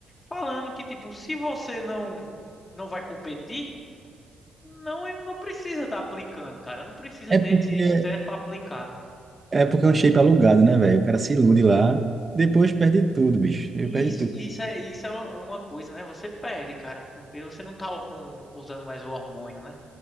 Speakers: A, on the left; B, on the right.
A: falando que, tipo, se você não não vai competir, não, não precisa estar aplicando, cara. Não precisa
B: É
A: ter
B: porque,
A: esse estresse pra aplicar.
B: é porque é um shape alugado, né, velho? O cara se ilude lá, depois perde tudo, bicho, ele
A: Isso,
B: perde tudo.
A: isso é, isso é uma uma coisa, né? Você perde, cara, porque você não tá com, usando mais o hormônio, né?